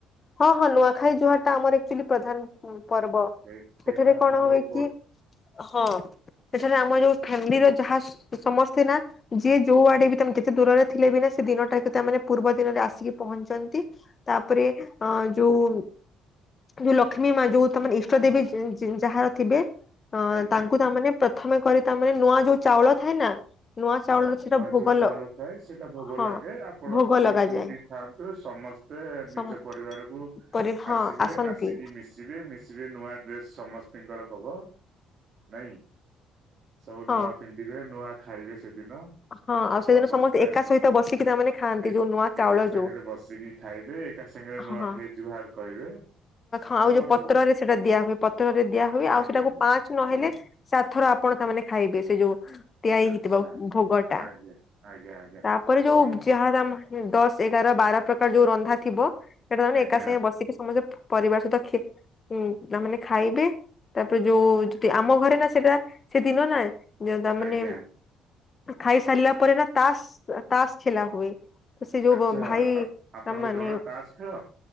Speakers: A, on the left; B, on the right.
A: ହଁ ହଁ। ନୂଆଖାଇ ଜୁହାରଟା ଆମର ଆକ୍ଚୁଆଲି ପ୍ରଧାନ ପର୍ବ।
B: ସେ ସେଇଟା
A: ସେଠାରେ
B: ଆପଣଙ୍କର
A: କଣ ହୁଏ
B: ବହୁତ
A: କି ହଁ, ସେଠାରେ ଆମ ଯୋଉ ଫ୍ୟାମିଲିର ଯାହା ସମସ୍ତେ ନା ଯିଏ ଯୋଉ ଆଡେ ବି ତମେ ଯେତେ ଦୂରରେ ଥିଲେ ବି ନା, ସେ ଦିନଟାକ ତାମାନେ ପୂର୍ବ ଦିନରେ ଆସିକି ପହଞ୍ଚନ୍ତି ତାପରେ ଅ ଯୋଉ ଯୋଉ ଲକ୍ଷ୍ମୀ ମା ଯୋଉ ତମର ଇଷ୍ଟ ଦେବୀ ଯାହାର ଥିବେ ଅ
B: ଆଜ୍ଞା।
A: ତାଙ୍କୁ ତାମାନେ ପ୍ରଥମେ କରି ତାମାନେ ନୂଆ ଯୋଉ ଚାଉଳ ଥାଏ ନା ନୂଆ
B: ହଁ
A: ଚାଉଳର ସେଟା
B: ନୂଆ
A: ଭୋଗ
B: ଯୋଉ ଚାଉଳ
A: ଲ
B: ଥାଏ ସେଟା ଭୋଗ
A: ହଁ
B: ଲାଗେ, ଆପଣ
A: ଭୋଗ
B: ଯିଏ
A: ଲଗାଯାଏ।
B: ଯୋଉଠି ଥାଆ ତେବେ ସମସ୍ତେ
A: ସମ
B: ନିଜ ପରିବାରକୁ
A: ପରେ ହଁ
B: ଆସିବେ,
A: ଆସନ୍ତି
B: ଆସିକିରି ମିଶିବେ, ମିଶିବେ ନୂଆ ଡ୍ରେସ୍ ସମସ୍ତିଙ୍କର ହବ ନାଇଁ? ସବୁ
A: ହଁ।
B: ନୂଆ ପିନ୍ଧିବେ, ନୂଆ ଖାଇବେ ସେଦିନ।
A: ହଁ
B: ଆଉ
A: ସେଦିନ
B: ସମସ୍ତେ
A: ଏକା ସହିତ ବସିକି ତାମାନେ ଖାଆନ୍ତି
B: ଏକ-ଏକା
A: ଯୋଉ ନୂଆ ଚାଉଳ
B: ସାଙ୍ଗରେ
A: ଯୋଉ
B: ବସିକି ଖାଇବେ, ଏକା ସାଙ୍ଗରେ ନୂଆଖାଇ
A: ହଁ।
B: ଜୁହାର କହିବେ।
A: ଆଉ
B: ବହୁତ
A: ଯୋଉ ପତ୍ରରେ ସେଇଟା ଦିଆ ହୁଏ, ପତ୍ରରେ ଦିଆ ହୁଏ
B: ଆଜ୍ଞା
A: ଆଉ ସେଟାକୁ ପାଞ୍ଚ ନହେଲେ
B: ଆଜ୍ଞା।
A: ଚାରିଥର ଆପଣ ତାମାନେ ଖାଇବେ, ସେ ଯୋଉ ତିଆରି
B: ଆଚ୍ଛା
A: ହେଇଥିବ ଭୋଗଟା।
B: ଆଜ୍ଞା ଆଜ୍ଞା ଆଜ୍ଞା
A: ତାପରେ ଯୋଉ
B: କଣ
A: ଯାହାର ଆମ ଦଶ ଏଗାର ବାର ପ୍ରକାର ଯୋଉ ରନ୍ଧା ଥିବ, ସେଇଟା ମାନେ
B: ଆଜ୍ଞା
A: ଏକା ସାଙ୍ଗେ ବସିକି ସମସ୍ତେ ପରିବାର ସହିତ ଖି ହୁଁ, ତାମାନେ
B: ଆ-
A: ଖାଇବେ ତାପରେ ଯୋଉ ଯଦି ଆମ ଘରେ ନା ସେଟା ସେଦିନ ନା ଯ ତା ମାନେ
B: ଆଜ୍ଞା
A: ଖାଇସାରିଲା ପରେ ନା ତାସ ତାସ ଖେଲା ହୁଏ। ତ ସେ ଯୋଉ
B: ଆଚ୍ଛା
A: ଭ-ଭାଇ
B: ଆପ- ଆପଣଙ୍କୁ
A: ତାମାନେ
B: ଜଣା ତାସ ଖେଳ